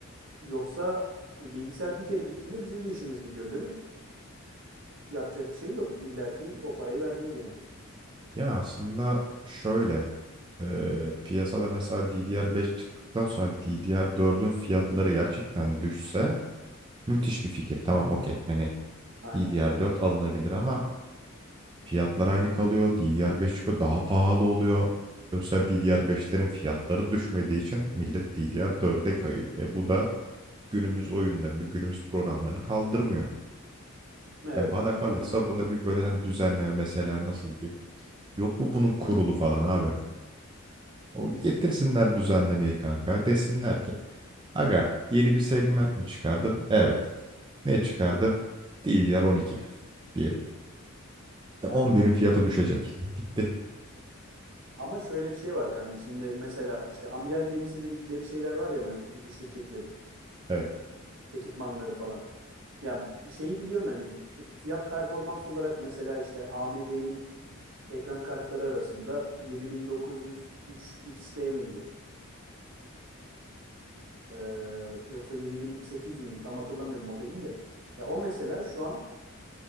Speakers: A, on the right; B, on the right.
A: Yoksa e, bilgisayar bir kere gittiğinde bizim de işimiz gidiyor demek. Yapacak bir şey yok. İlla ki o parayı vereceğiz yani.
B: Ya aslında şöyle e, piyasada mesela DDR5 çıktıktan sonra DDR4'ün fiyatları gerçekten düşse müthiş bir fikir. Tamam okey hani
A: Aynen.
B: DDR4 alınabilir ama fiyatlar aynı kalıyor. DDR5 çıkıyor daha pahalı oluyor. E bu sefer DDR5'lerin fiyatları düşmediği için millet DDR4'e kayıyor. E bu da günümüz oyunlarını, günümüz programlarını kaldırmıyor.
A: Evet
B: Yani bana
A: aynen
B: kalırsa
A: öyle.
B: buna bir böyle hani düzenleme mesela nasıl diyeyim? Yok mu bunun kurulu falan abi? O getirsinler düzenlemeyi kanka. Desinler ki aga yeni bir segment mi çıkardın? Evet. Ne çıkardın? DDR12 diyelim. Tamam,
A: Aynen.
B: 11'in fiyatı düşecek. Bitti.
A: Ama şöyle bir şey var kanka. Şimdi mesela işte amiral gemisi dedikleri şeyler var ya mes- bu şirketlerin
B: Evet.
A: ekipmanları falan. Ya şeyi biliyorsun hani fiyat performans olarak mesela işte AMD'nin ekran kartları arasında 7903 XT miydi? Ee, yoksa 7800 müydü? Tam hatırlamıyorum modelini de. Ya o mesela şu an